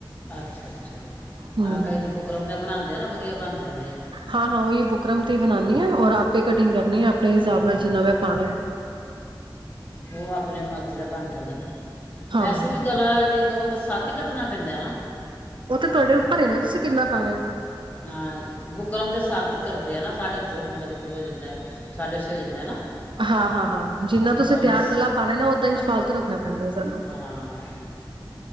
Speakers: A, on the left; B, on the right.
A: ਅੱਛਾ -ਅੱਛਾ, ਅ
B: ਹਮ
A: ਕਈ ਤੇ ਬੁਕਰਮ ਦੇ ਬਣਾਉਂਦੇ ਆ ਨਾ ਵਧੀਆ ਬਣ ਜਾਂਦੇ ਆ
B: ਹਾਂ- ਹਾਂ ਉਹੀ ਬੁਕਰਮ ਤੇ ਹੀ ਬਨਾਨੀ ਹਾਂ ਔਰ ਤੇ ਕਟਿੰਗ ਆਪਣੇ ਹਿਸਾਬ
A: ਹਾਂ
B: ਨਾਲ, ਜਿੰਨਾ ਮੈਂ ਪਾਣੈ
A: ਉਹ ਆਪਣੇ ਮਰਜ਼ੀ ਦਾ ਬਨ ਜਾਂਦਾ ਨਾ।
B: ਹਾਂ
A: ਵੈਸੇ ਵੀ ਗਲਾ ਜੇ ਇੱਕ ਤਾਂ ਸੱਤ ਕੱਟਨਾ ਪੈਂਦਾ ਨਾ।
B: ਉਹ ਤੇ ਤੁਹਾਡੇ ਉੱਪਰ ਹੇ ਨਾ, ਤੁਸੀਂ ਕਿੰਨਾ ਪਾ ਰਹੇ।
A: ਹਾਂ, ਬੁਕਰਮ ਦੇ ਸੱਤ ਕਰਦੇ ਆ ਨਾ, ਸਾਡੇ ਚ ਮਤਲਬ ਕੀ ਹੋ ਜਾਂਦਾ ਸਾਡੇ -ਛੇ ਹੋ ਜਾਂਦਾ ਨਾ,
B: ਹਾਂ ਹਾਂ ਹਾਂ ਜਿੰਨਾ
A: ਬੁਕਰਮ
B: ਤੁਸੀਂ ਤਿਆਰ
A: ਦੇ
B: ਗਲਾ ਪਾਉਣਾ ਨਾ ਓਦਾਂ ਇੰਚ ਫਾਲਤੂ ਰੱਖਣਾ ਪੈਂਦਾ ਸਾਨੂੰ
A: ਹਾਂ।